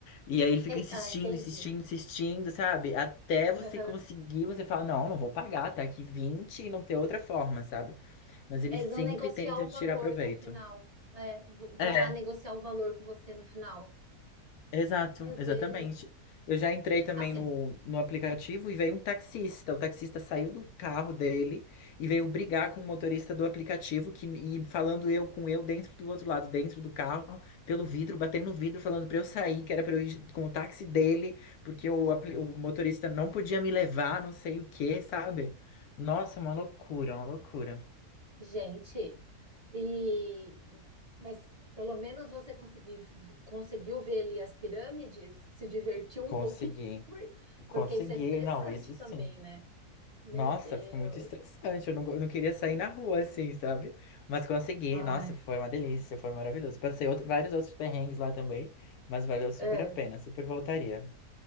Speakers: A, on the left; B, on the right.
A: e aí ele fica
B: É-
A: insistindo,
B: Ah, entendi.
A: insistindo, insistindo, sabe? Até você
B: Aham.
A: conseguir, você fala, não, não vou pagar, tá aqui 20 e não tem outra forma, sabe? Mas eles
B: Eles
A: sempre
B: vão negociar
A: tentam
B: o
A: tirar
B: valor
A: proveito.
B: com o final. É, v- vão
A: É,
B: lá negociar o valor com você no final.
A: Exato,
B: Meu
A: exatamente.
B: Deus.
A: Eu já entrei também
B: Assim.
A: no, no aplicativo e veio um taxista. O taxista saiu do carro dele e veio brigar com o motorista do aplicativo que, e falando eu com eu dentro do outro lado, dentro do carro, pelo vidro, batendo no vidro, falando pra eu sair, que era pra eu ir com o táxi dele, porque o, apli- o motorista não podia me levar, não sei o que, sabe? Nossa, uma loucura, uma loucura.
B: Gente, e mas pelo menos você consegui, conseguiu ver ali as pirâmides, se divertiu um
A: Consegui,
B: pouquinho, <laughs> por-
A: consegui.
B: porque isso é estressante
A: Não, isso sim.
B: também, né? Meu
A: Nossa,
B: Deus.
A: foi muito estressante. Eu não, go- eu não queria sair na rua assim, sabe? Mas consegui.
B: Ai,
A: Nossa, foi uma delícia, foi maravilhoso. Passei outro- vários outros perrengues lá também, mas valeu super
B: é.
A: a pena, super voltaria.